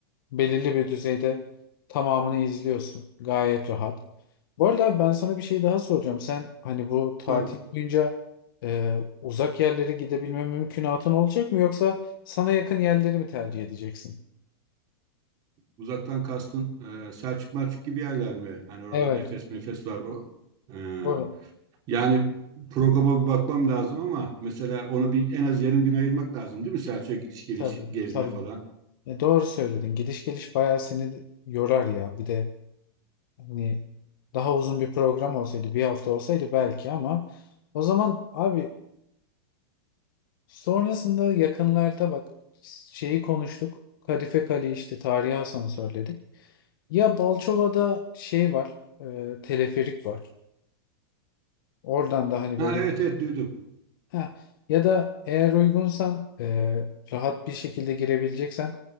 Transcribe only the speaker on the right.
Dur
uzaktan kastın e, Selçuk Melçuk gibi yerler mi? Hani oralarda
Efes Mefes var o. E,
Yani programa bir bakmam lazım ama mesela ona bir en az yarım gün ayırmak lazım değil mi? Selçuk'a gidiş geliş,
gezme
falan.
Ha
evet evet duydum.